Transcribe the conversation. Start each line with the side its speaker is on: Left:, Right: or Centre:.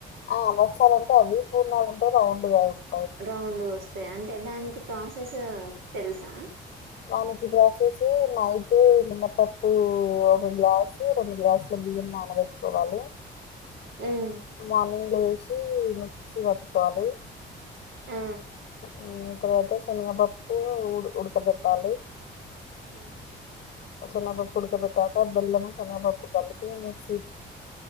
Left: ఆ అలసాలంటే అది పూర్ణ ఉంటే రౌండ్ కా
Right: రౌండ్ వస్తాయి అంటే దానికి ప్రాసెస్ తెలుసా
Left: నాననికి ప్రోసేస్ నైట్ పప్పు ఒక గ్లాసు రెండు గ్లాసులు బియ్యం నానబెట్టుకోవాలి
Right: ఉమ్
Left: మార్నింగ్ వేసి ముసి కట్టుకోవాలి
Right: ఆ
Left: ఓ తర్వాత శనగపప్పు ఉ ఉడకబెట్టాలి
Right: ఆ
Left: సన్న పప్పు ఉడుక పెట్టాక బెల్ము సన్న పప్పు కలిపి మిక్స